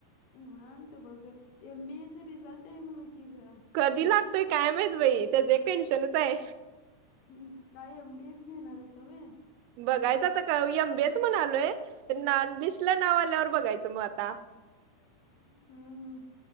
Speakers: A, on the left (about 70°); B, on the right (about 80°).
A: निवांत बघ एम बी एचं रिझल्ट ते म्हणा की ग
B: कधी लागतोय काय माहीत बाई त्याच टेन्शनच आहे
A: ह् काय एमबीए च घेणार आहेसा होय
B: बघायच आता एमबीएच म्हणलोय लिस्ट ला नाव आल्यावर बघायचं मग आता
A: हम्म हम्म